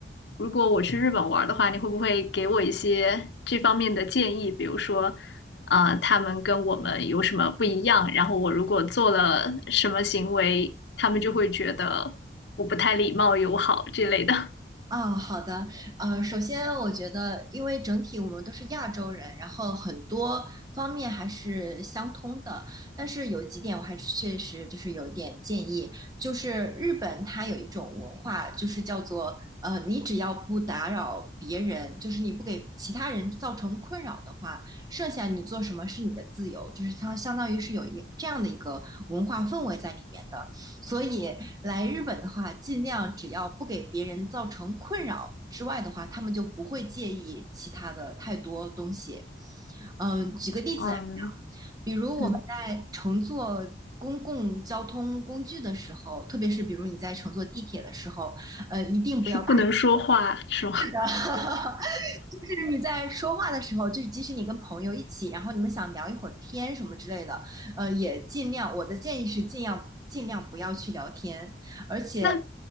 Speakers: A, on the left (about 65°); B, on the right (about 20°).
A: 如果我去日本玩儿的话，你会不会给我一些这方面的建议？比如说啊、呃他们跟我们有什么不一样，然后我如果做了什么行为，他们就会觉得我不太礼貌友好之类的。
B: 哦好的，呃，首先我觉得，因为整体我们都是亚洲人，然后很多方面还是相通的，但是有几点我还是确实就是有一点建议，就是日本它有一种文化，就是叫做呃，你只要不打扰别人，就是你不给其他人造成困扰的话，剩下你做什么是你的自由，就是它相当于是有一这样的一个文化氛围在里面的。所以来日本的话，尽量只要不给别人造成困扰之外的话，他们就不会介意其他的太多东西。嗯，举个例子来讲，
A: <laughs> 嗯
B: 比如我们在乘坐公共交通工具的时候，
A: 嗯，
B: 特别是比如你在乘坐地铁的时候，呃，一定不要打
A: 是不能说话是吗？
B: 是的，<laughs> 就是你在说话的时候，就是即使你跟朋友一起，然后你们想聊一会儿天什么之类的，呃，也尽量，我的建议是尽量尽量不要去聊天，
A: <laughs>
B: 而且
A: 那